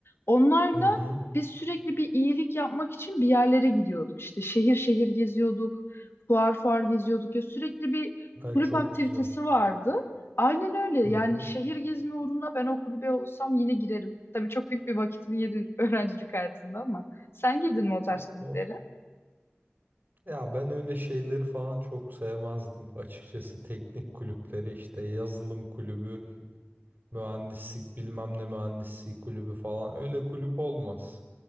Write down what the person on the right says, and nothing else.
Hı hı.
Ay
çok
güzel.
Hı
hı.
Ya,
o- ya ben öyle şeyleri falan çok sevmezdim. Açıkçası teknik kulüpleri işte yazılım kulübü, mühendislik bilmem ne mühendisliği kulübü falan öyle kulüp olmaz.